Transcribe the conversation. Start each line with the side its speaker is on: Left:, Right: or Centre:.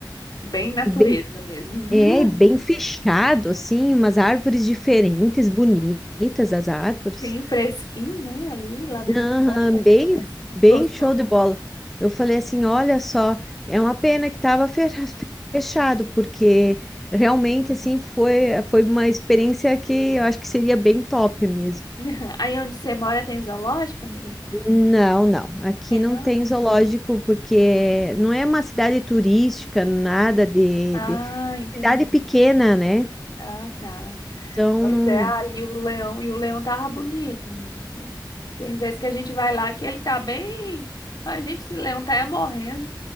Left: bem natureza
Centre: Bem,
Left: mesmo. <laughs>
Centre: é, bem fechado, assim, umas árvores
Left: Hum,
Centre: diferentes, bonitas as árvores.
Left: Bem fresquinho, né? Ali, lá dentro
Centre: Aham,
Left: do zoológico é
Centre: bem,
Left: bem fresquinho.
Centre: bem
Left: Gostoso.
Centre: show de bola. Eu falei assim, olha só, é uma pena que estava <laughs> fechado, porque realmente
Left: Hum.
Centre: assim foi, foi uma experiência que eu acho que seria bem top mesmo.
Left: <laughs> Aí onde você mora tem zoológico, amiga?
Centre: Não, não. Aqui
Left: Tem
Centre: não
Left: não?
Centre: tem zoológico porque não é uma cidade turística, nada de,
Left: Ah,
Centre: de-
Left: entendi.
Centre: cidade pequena, né?
Left: Ah, tá.
Centre: Então
Left: Pois
Centre: não.
Left: é, ali o leão, e o leão tava bonito, menino. Tem vezes que a gente vai lá que ele tá bem. A gente, esse leão tá é morrendo.